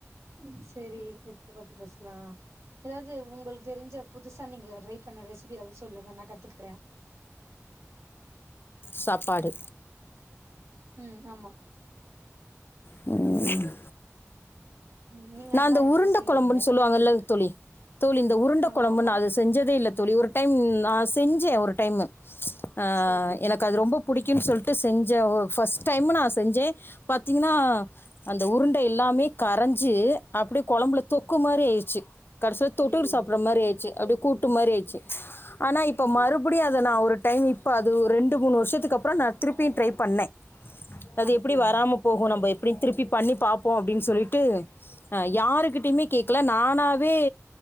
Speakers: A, on the right; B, on the left.
A: ம், சரி எத பத்தி பேசலா ஏதாவது உங்களுக்கு தெரிஞ்ச புதுசா நீங்க ட்ரை பண்ண ரெசிபி ஏதாவது சொல்லுங்க நா கத்துக்குறே
B: சாப்பாடு
A: ம் ஆமா
B: ம்
A: ம் நீங்க
B: நா
A: நல்லா
B: இந்த
A: இது
B: உருண்ட
A: செய்வீங்க
B: கொழம்புன்னு சொல்லுவாங்க இல்ல தோழி தோழி இந்த உருண்ட
A: ஆமா
B: கொழம்புனு
A: ஆமா
B: அது செஞ்சதே இல்ல தோழி ஒரு டைம் நா செஞ்சே ஒரு டைமு அ
A: செரி
B: எனக் கு அது ரொம்ப புடிக்குன்னு சொல்லிட்டு செஞ்சே ஃபர்ஸ்ட் டைம் நா செஞ்சே பாத்தீங்னா அந்த உருண்ட எல்லாமே கரைஞ்சு அப்டியே கொழம்புல தொக்கு மாரி ஆயிடுச்சு கடைசில தொட்டுட்டு
A: ஐயையோ
B: சாப்புட்ற மாரி ஆயிடுச்சு அப்படியே கூட் டு மாரி ஆயிடுச்சு ஆனா இப்ப
A: ஐயோ
B: மறு படியு அத நா ஒரு டைம் இப்ப அது ஒரு ரெண்டு மூணு வருஷத்துக்கு அப்றோ நா திருப்பியு ட்ரை பண்ணே அது
A: அப்டியா
B: எப்டி வராம போகு நம்ம எப்டியு திருப்பி பண்ணி பாப்போ அப்டின்னு சொல்ட்டு அ யாருக்கிட்டயுமே கேக்கல நானாவே